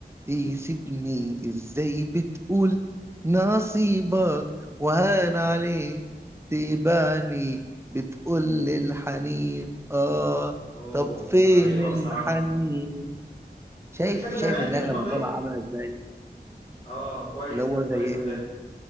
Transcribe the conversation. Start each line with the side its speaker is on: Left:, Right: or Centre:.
Right: تسيبني ازاي بتقول نصيبك وهان عليك تبعني بتقول الحنين اه
Left: اوه
Right: طب فين
Left: رهيبه
Right: الحنين
Left: بصراحه
Right: شايف
Left: بتحب
Right: شايف
Left: الاغاني
Right: النغمة
Left: القديمه طيب
Right: طالعة عاملة ازاي
Left: اه كويسه
Right: اللي هو
Left: كويسه
Right: زي ايه
Left: بجد